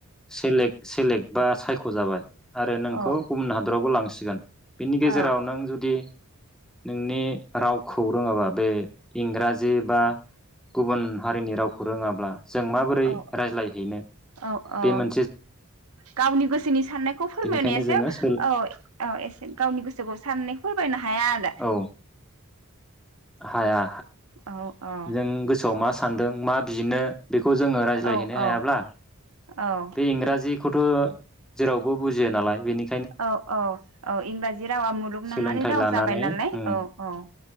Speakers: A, in the centre; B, on the right (about 80°).
A: सेलेक्ट सेलेक्ट बा सायख' जाबाय आरो नोंखौ
B: औ
A: गुबुन हादरावबो लांसि गोन बिनि गेजेराव
B: औ
A: नों जुदि नोंनि राव खौ रोङाबा बे इंराजि बा गुबुन हारिनि रावखौ रोङाब्ला। जों माबोरै
B: औ
A: रायज्लायहैनो
B: औ
A: बे
B: औ
A: मोनसे
B: गावनि गोसोनि साननायखौ फोरमायनायासो
A: बेनिखायनो जोङो सोल
B: औ औ एसे गावनि गो <unintelligible> साननै फोरबायना हाया आरो।
A: औ हाया।
B: आरो औ
A: जों गोसोआव मा सान्दों मा बिनो बेखौ जोङो रायज्लायहैनो
B: औ औ
A: हायाब्ला
B: औ
A: बे इंराजि खौथ' जेरावबो बुजियो नालाय बेनि
B: औ औ औ इंराजि रावा मुलुगनाङारि
A: सोलोंथाइ
B: राव
A: लानानै
B: जाबाय नालाय
A: उम
B: औ औ।